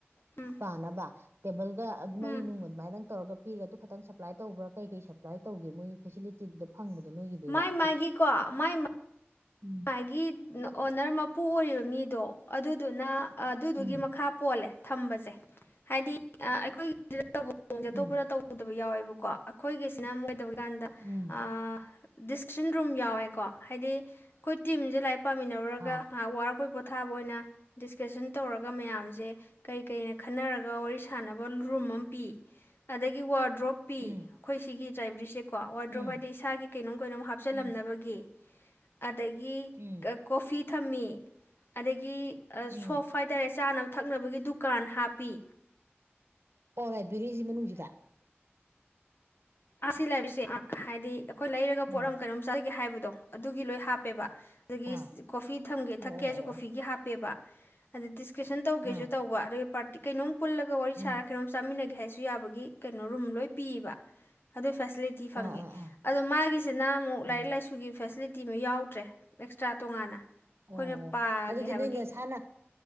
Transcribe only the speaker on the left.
ꯎꯝ
ꯎꯝ
ꯃꯥꯏ
ꯃꯥꯒꯤꯀꯣ ꯃꯥꯏ
ꯃꯥꯒꯤ ꯑꯣꯅꯔ ꯃꯄꯨ ꯑꯣꯏꯔꯤꯕ ꯃꯤꯗꯣ ꯑꯗꯨꯗꯨꯅ ꯑꯗꯨꯗꯨꯒꯤ
ꯃꯈꯥ ꯄꯣꯜꯂꯦ ꯊꯝꯕꯁꯦ ꯍꯥꯏꯗꯤ ꯑꯩꯈꯣꯏꯒꯤ <unintelligible> ꯑꯇꯞꯄꯅ
ꯇꯧꯗꯕ ꯌꯥꯎꯋꯦꯕ ꯀꯣ ꯑꯩꯈꯣꯏꯒꯤꯁꯤꯅꯗ ꯀ꯭ꯟꯗꯥ
ꯑꯥ꯫ ꯗꯤꯁꯀꯁꯟ ꯔꯨꯝ ꯌꯥꯎꯋꯦꯀꯣ ꯍꯥꯏꯗꯤ ꯈꯣꯏ ꯇꯤꯝ ꯁꯦ ꯂꯥꯏꯛ꯫ ꯄꯥꯃꯤꯅꯣꯎꯔꯥꯒꯥ
ꯉ꯭ꯈ ꯋꯥꯔꯀꯄꯦꯏ ꯄꯣꯊ꯫ ꯑꯊꯥꯕ ꯑꯣꯏꯅ ꯗꯤꯁꯀꯁꯟ ꯇꯧꯔꯒ ꯃꯌꯥꯝꯁꯦ ꯀꯩ ꯀꯩꯅ ꯈꯟꯅꯔꯒ ꯋꯥꯔꯤ ꯁꯥꯟꯅꯕ ꯔꯨꯝ ꯑꯃ ꯄꯤ ꯑꯗꯒꯤ ꯋꯥꯔꯗ ꯗ꯭ꯔꯣꯞꯄꯤꯤ
ꯑꯩꯈꯣꯏ ꯁꯤꯒꯤ ꯂꯥꯏꯕ꯭ꯔꯦꯔꯤ ꯁꯦ ꯀꯣ ꯋꯥ ꯗ꯭ꯔꯣꯞ
ꯍꯥꯏꯗꯤ ꯏꯁꯥꯒꯤ ꯀꯩꯅꯣꯝ ꯀꯩꯅꯣꯝ ꯍꯥꯞꯆꯜꯂꯝꯅꯕꯒꯤ
ꯑꯗꯥꯒꯤ
ꯀꯥ ꯀꯐꯤ꯫ ꯊ꯭ꯃꯤ ꯑꯗꯥꯒꯤ꯫
ꯁꯣꯐ ꯍꯥꯏꯇꯥꯔꯦ ꯆꯥꯅꯕ ꯊꯀꯅꯥꯕꯥꯒꯤ ꯗꯨꯀꯥꯟ ꯍꯞꯄꯤ꯫
ꯑꯁꯤ ꯂꯩꯕꯁꯦ ꯍꯥꯏꯗꯤ ꯑꯈꯣꯏ ꯂꯦꯏꯔꯥꯒꯥ
ꯄꯣꯠ ꯑꯥꯃꯥ ꯀꯦꯏꯅꯣꯝ ꯆꯥꯖꯥꯒꯦ ꯍꯥꯌ꯫ ꯇꯣꯍ ꯑꯗꯨꯒꯤ ꯂꯣꯏ ꯍꯥꯞꯄꯦ ꯕꯥ꯫ ꯑꯗꯥꯒꯤ
ꯀꯐꯤ ꯊꯃꯒꯦ
ꯊ꯭ꯀꯦ
ꯁꯨ ꯀꯐꯤ
ꯒꯨ ꯍꯥꯞꯄꯦ ꯕꯥ꯫ ꯑꯗꯨꯗꯤ ꯗꯤ ꯇꯤꯎꯁꯟ ꯇ꯭ꯕꯒꯦ
ꯁꯨ ꯇ꯭ꯕꯥ ꯑꯗꯨꯒꯥ ꯄꯥꯔꯠ꯫ ꯀꯦꯏꯅꯣꯝ ꯍꯥꯌꯅꯥ ꯀꯧꯏ꯫ ꯄꯨꯂꯥꯒꯥ ꯋꯥꯔꯤ
ꯁꯔꯒꯥ ꯀꯦꯏꯅꯣꯝ ꯆꯃꯤꯡꯒꯦ ꯍꯥꯌ꯫ ꯁꯨ ꯌꯥꯕꯥ ꯒꯤ ꯀꯦꯏꯅꯣ ꯔꯨꯝ ꯂꯣꯏ꯫ ꯄꯤꯌꯦ ꯕꯥ ꯑꯗꯨꯏ꯫ ꯐꯦꯁꯤꯂꯤꯇꯤ ꯐꯪꯉꯤ
ꯑꯗꯣ ꯃꯥꯒꯤꯁꯤꯅ ꯑꯃꯨꯛ
ꯂꯥꯏꯔꯤꯛ ꯂꯥꯏꯁꯨꯒꯤ ꯐꯦꯁꯤꯂꯤꯇꯤ ꯇꯤꯃ ꯌꯥꯎꯗ꯭ꯔꯦ ꯑꯦꯛꯁꯇ꯭ꯔꯥ ꯇꯣꯉꯥꯟꯅ ꯑꯩꯈꯣꯏꯅ
ꯄꯥꯒꯦ
ꯍꯥꯏꯕꯒꯤ